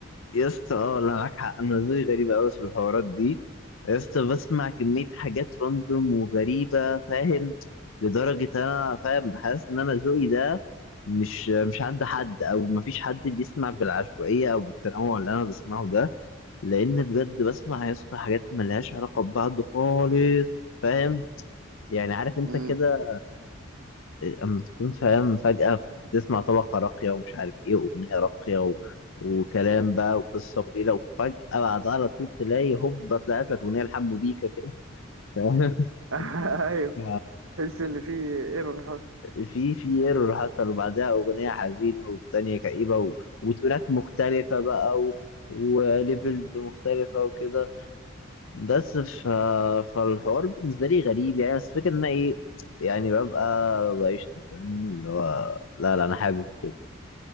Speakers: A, on the left; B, on the right.
A: يا اسطى اه لا معاك حق انا زي غريب قوي في الحوارات دي يا اسطى بسمع كميه حاجات راندوم وغريبه فاهم لدرجه انا فاهم حاسس ان انا ذوقي ده مش مش عند حد او مفيش حد بيسمع بالعشوائيه او بالتنوع اللي انا بسمعه ده لان بجد بسمع يا اسطى حاجات ملهاش علاقه ببعض خالص فاهم يعني عارف انت
B: مم.
A: كده اما تكون فاهم فجأة بتسمع طبقة راقية ومش عارف ايه واغنية راقية و... وكلام بقى وقصة وليلة وفجأة بعدها على طول تلاقي هوبا طلعت لك اغنية لحمو بيكا كده فاهم <laughs>
B: <laughs> ايوه
A: ف
B: تحس ان في ايه حصل
A: في في ايرور حصل وبعدها اغنية حزينة والتانية كئيبة و... وتونات مختلفة بقى و... وليفلز مختلفة وكده بس ف... فالحوار بالنسبة لي غريب يعني بس فكرة ان أنا ايه يعني ببقى بقشطة فاهم اللي هو لا لا انا حابب كده